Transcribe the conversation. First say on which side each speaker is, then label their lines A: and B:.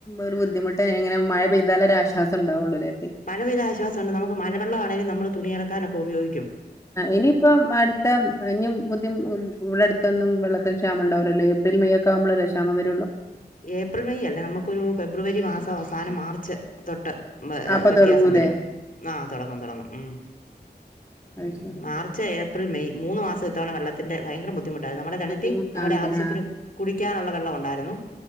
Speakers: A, on the left; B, on the left.
A: ഒരു ബുദ്ധിമുട്ട് എങ്ങനെ മഴ പെയ്താല ആശ്വാസംണ്ടാവുള്ളൂേ
B: മഴെയ്ത ആശ്വാസംണ്ട് നമുക്ക് മഴെള്ളമാണെങ്കും നള് തുണയിറക്കാനൊക്കെപയോഗിക്കും
A: ആ ഇനിയിപ്പം അടുത്ത ഇും പുതി ഇവിടെ അടുത്തൊന്നും വെള്ളത്തിൽ ്യമ ഉണ്ടാവല്ലോ പ്രിൽ മേക്ക ആുമ്പോല്ലാംമ വേള്ളൂ
B: ഏപ്രിൽ മെയ് അല്ലേ നമുക്കൊരു ഫെബ്രുവരി മാസം അവസാനം മാർച്ച് തൊട്ട്
A: അപ്പൊ
B: വ്യത്യാസം
A: തുടങ്ങൂലേ
B: വരും ആ് തുടങ്ങും തുടങ്ങും ഉം
A: അത്
B: ഉ
A: ശരി
B: മാർച്ച് ഏപ്രിൽ മെയ് മൂന്ന് മാസം ഇത്തവണ വെള്ളത്തിന്റെ ഭയങ്കര ബുദ്ധിമുട്ടായി നമ്മുടെ കണറ്റി
A: ബുദ്ധിമുട്ടാണല്ലേ
B: നമ്മുടെ ആവശ്യത്തിന്
A: ആ
B: കുടിക്കാനുള്ള വെള്ളം ഉണ്ടായിരുന്നു